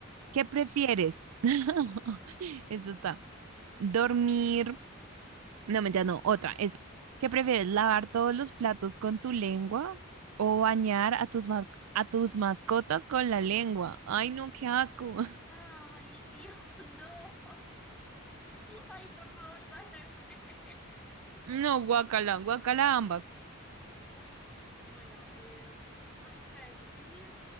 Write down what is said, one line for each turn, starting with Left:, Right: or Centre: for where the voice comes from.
Right: ¿qué prefieres? <laughs> Esto está. Dormir. No, mentira, no, otra. Esta. ¿Qué prefieres? ¿Lavar todos los platos con tu lengua o bañar a tus, ma- a tus mascotas con la lengua? Ay, no, qué asco.
Centre: Ay, <laughs> Dios, no. Ay, por favor, sálveme.
Right: No, guacala, guacala ambas.
Centre: Ah, bueno, em, vamos a decir,